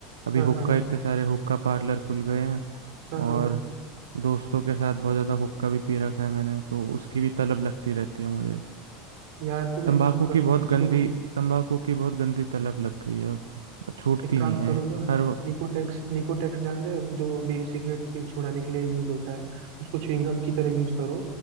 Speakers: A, on the right; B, on the right.
A: अभी
B: हाँ
A: हुक्का
B: हाँ
A: इतने सारे हुक्का पार्लर खुल गए हैं
B: हाँ हाँ
A: और दोस्तों के साथ बहुत ज़्यादा हुक्का भी पी रखा है मैंने तो उसकी भी तलब लगती रहती है मुझे
B: यार तुम
A: तंबाकू
B: एक काम करो
A: की बहुत
B: ना
A: गंदी
B: सुनो
A: तंबाकू की बहुत गंदी तलब लग गई है अब छूटती
B: एक काम
A: नहीं है
B: करो ना
A: हर वक्त-
B: निकोटेक्स निकोटेक्स जान रहे हो जो भी सिगरेट फिर छुड़ाने के लिए यूज होता है उसको च्युइंगम की तरह यूज करो